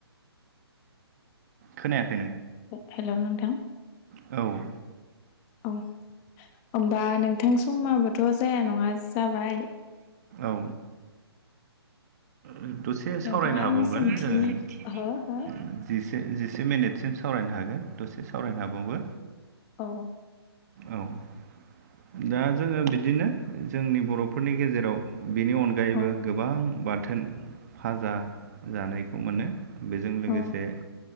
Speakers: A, on the right (about 40°); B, on the left (about 20°).
A: खोनाया
B: हे हेलौ नोंथां
A: औ
B: औ ओमबा नोंथां समाबोथ' जाया नङा जाबाय
A: औ उम दसे
B: नोंथाङा
A: सावरायनो
B: आंनि
A: हाबावगोन
B: सोंथिनि
A: जोङो
B: हो हो
A: जिस से मेनेटसिम सावरायनो हागोन दसे सावरायनो हाबावो
B: औ
A: औ दा जोङो बिदिनो जोंनि बर'फोरनि गेजेराव बेनि अनगायैबो
B: औ
A: गोबां बाथोन भाजा जानायखौ मोनो। बेजों लोगोसे
B: औ